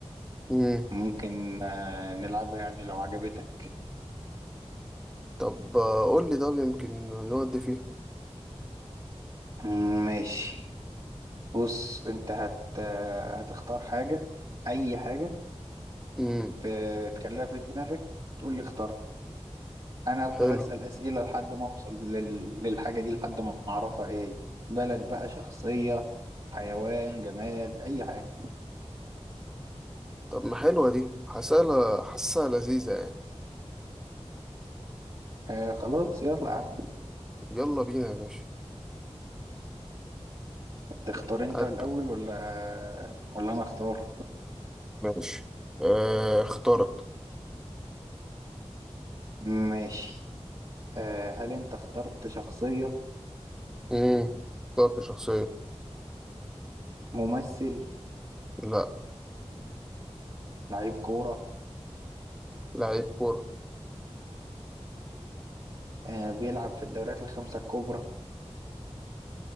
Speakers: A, in the centre; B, on the right.
A: مم.
B: ممكن آه، نلعبها يعني لو عجبتك
A: طب آه، قول لي طب يمكن نودي فيها
B: أمم، ماشي بص انت هت آه، هتختار حاجة اي حاجة
A: امم
B: في- تخليها في دماغك تقول لي اخترت انا افضل
A: حلو
B: اسأل اسئلة لحد ما اوصل لل- للحاجة دي لحد ما اعرفها ايه هي بلد بقى شخصية حيوان جماد اي حاجة
A: طب ما حلوة دي حاسة حاسة لذيذة يعني
B: آه خلاص يلا يا عم
A: يلا بينا يا باشا
B: تختار انت
A: هات
B: الاول ولا ولا انا اختار
A: ماشي آه اخترت
B: ماشي آه هل انت اخترت شخصية
A: مم. اخترت شخصية
B: ممثل
A: لا
B: لعيب كورة
A: لعيب كورة
B: آه بيلعب في الدوريات الخمسة الكبرى